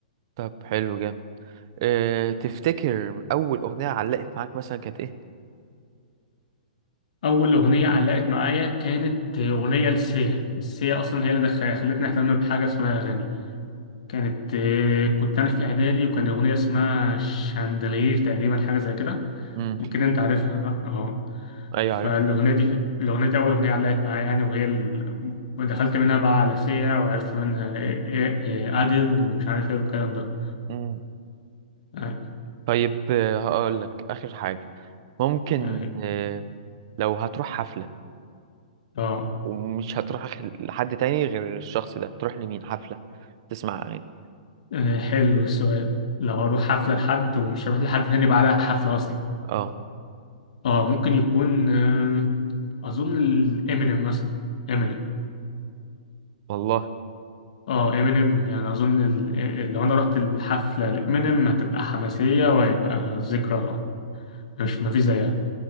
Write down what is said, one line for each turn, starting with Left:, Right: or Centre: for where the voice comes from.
Right: طب حلو جامد إيه تفتكر اول اغنيه علقت معاك مثلا كانت ايه
Left: أول أغنية علقت معايا كانت أغنية لسيا سيا أصلا هي اللي دخل- خلتني أهتم بحاجة اسمها أغاني كانت آه، كنت أنا في إعدادي وكان أغنية اسمها شاندلير تقريبا حاجة زي كده
Right: امم
Left: كده أنت عارفها صح؟ أهو
Right: ايوه
Left: فالأغنية دي الأغنية دي أول أغنية علقت معايا يعني وهي ال... دخلت منها بقى على سيا وعرفت منها إيه إيه إيه أديل ومش عارف إيه والكلام ده
Right: عارف
Left: آه
Right: طيب آه، هقول لك آخر حاجة ممكن
Left: آه
Right: آه، لو هتروح حفلة
Left: آه،
Right: ومش هتروح لحد تاني غير الشخص ده تروح لمين حفلة تسمع أغاني
Left: آه، حلو السؤال لو أروح حفلة لحد ومش هروح لحد تاني بعدها حفلة أصلا
Right: اه
Left: آه ممكن يكون آه أظن الإمينيم مثلا إمينيم
Right: والله
Left: آه إمينيم يعني أظن ال... إيه- لو أنا رحت الحفلة لإمينيم هتبقى حماسية وهيبقى ذكرى مش مفيش زيها